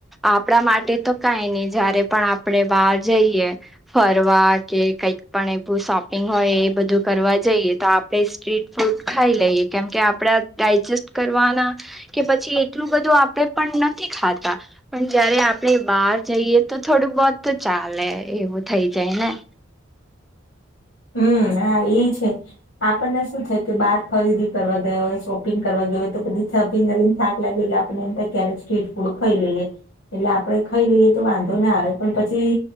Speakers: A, in the centre; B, on the left.
A: આપણા માટે તો કઈ નહી જયારે પણ આપણે બહાર જઈએ. ફરવા કે કઈક પણ એ શોપિંગ હોય, એ બધું કરવા જઈએ તો આપ. સ્ટ્રીટ ફૂડ ખાઈ લઈએ કેમ કે આપડા ડાયજેસ્ટ કરવાના. કે પછી એટલું બધું આપડે પણ નથી ખાતા. પણ જયારે આપણે બહાર જઈએ તો થોડું બહત તો ચાલે એવું થઈ જાય ને.
B: હમ હા ઇ છે. આપણને શું થ કે બહાર ખરીદી કરવા ગયા હોય શોપિંગ કરવા ગયા હોય તો પછી શપિંગ કરીને થાક લાગે એટ, એમ ક્યારેક સ્ટ્રીટ ફૂડ ખાઈ લઈએ એટલે આપડે ખાઈ લઈએ તો વાંધો ના આવે પણ પછી.